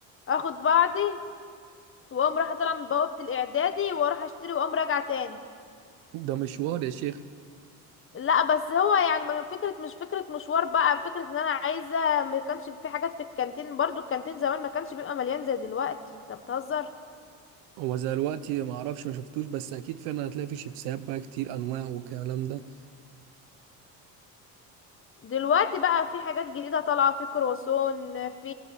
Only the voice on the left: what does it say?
اخد بعضي واقوم رايحه طالعه من بوابه الاعدادي واروح اشتري واقوم راجعه تاني
لا بس هو يعني ما كان فكره مش فكره مشوار بقى فكره ان انا عايزه ما كانش في حاجات في الكانتين برضو الكانتين زمان ما كانش بيبقى مليان زي دلوقتي انت بتهزر
دلوقتي بقى في حاجات جديدة طالعة في كرواسون في